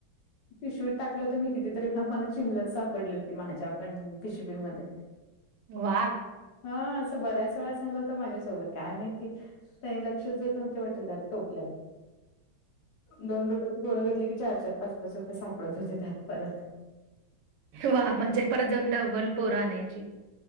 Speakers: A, on the left; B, on the right.
A: पिशवीत टाकलं होतं मी कितीतरी, मला चिल्लर सापडली होती माझ्या पण पिशवीमध्ये.
B: वा. <unintelligible>
A: हा. असं बऱ्याच वेळा झालं होत माझ्यासोबत काय माहिती त्यानी लक्षच देत न्हवते वाटत त्या टोपल्यात. दोन रुपयची बोरं घेतले की चार चार, पाच पाच रुपये सापडत होते त्यात परत.
B: वा म्हणजे परत जाऊन डबल बोरं आणयची. <unintelligible>